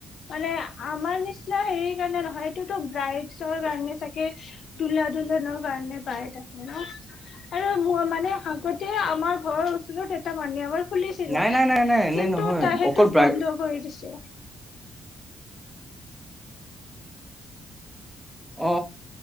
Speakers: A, on the left (about 60°); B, in the centre.
A: মানে আমাৰ নিচ নাই সেই কাৰণে নহয় এইটোতো ব্ৰাইটছৰ কাৰণে চাগে দূলা ধলনৰ কাৰণে পায় তাক আৰু মোৰ মানে আগতে আমাৰ ঘৰৰ ওচৰত এটা মানে আমাৰ খুলিছিলে
B: নাই নাই নাই নাই এনে
A: কিন্তু
B: নহয়
A: তাই সেইটো
B: অকল ব্ৰাই
A: বন্ধ কৰি দিছে
B: অ